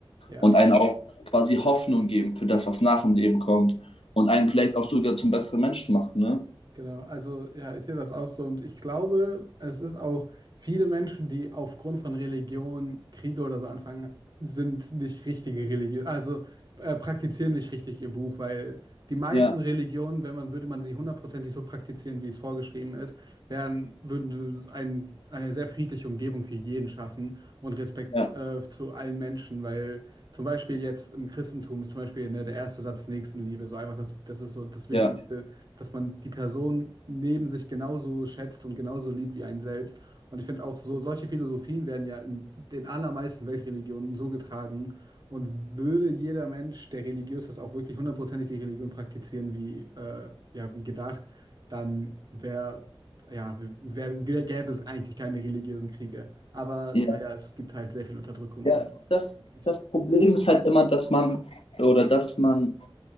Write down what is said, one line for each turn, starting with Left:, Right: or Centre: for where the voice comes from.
Right: Ja,
Left: Und einen auch quasi Hoffnung geben für das, was nach dem Leben kommt. Und einen vielleicht auch sogar zum besseren Menschen machen, ne?
Right: genau. Also, ja, ich sehe das auch so. Und ich glaube, es ist auch viele Menschen, die aufgrund von Religion Kriege oder so anfangen, sind nicht richtige Religion, also äh, praktizieren nicht richtig ihr Buch, weil die meisten
Left: Ja,
Right: Religionen, wenn man, würde man sie hundertprozentig so praktizieren, wie es vorgeschrieben ist, wären, würden ein, eine sehr friedliche Umgebung für jeden schaffen und Respekt
Left: ja,
Right: äh, zu allen Menschen, weil. Zum Beispiel jetzt im Christentum ist zum Beispiel, ne, der erste Satz Nächstenliebe. So einfach, das, das ist so das Wichtigste,
Left: ja,
Right: dass man die Person neben sich genauso schätzt und genauso liebt wie einen selbst. Und ich finde auch so, solche Philosophien werden ja in den allermeisten Weltreligionen so getragen. Und würde jeder Mensch, der religiös ist, auch wirklich hundertprozentig die Religion praktizieren, wie, äh, ja, wie gedacht, dann wäre, ja, wär, gäbe es eigentlich keine religiösen Kriege. Aber
Left: ja.
Right: naja, es gibt halt sehr viel Unterdrückung
Left: Ja,
Right: und
Left: das,
Right: Krieg durch.
Left: das Problem ist halt immer, dass man oder dass man